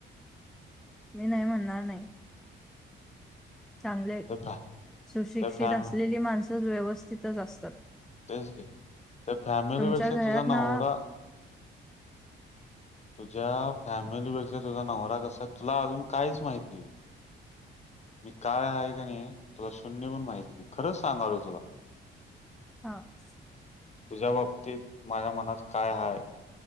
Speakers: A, in the centre; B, on the left.
A: मी नाही, म्हणणार नाही. चांगले
B: ते फॅ
A: सुशिक्षित
B: ते फॅम
A: असलेली, माणसं व्यवस्थितच असतात.
B: तेच की, ते फॅमिलीपेक्षा
A: तुमच्या घरात
B: तुझा
A: ना
B: नवरा तुझ्या फॅमिलीपेक्षा तुझा नवरा कसा, तुला अजून काहीच माहत नाही. मी काय आहे का, नाही तुला शून्य पण माहित नाही. खरंच सांगाल तुला.
A: हा <inaudible>
B: तुझ्या बाबतीत माझ्या मनात काय हाय?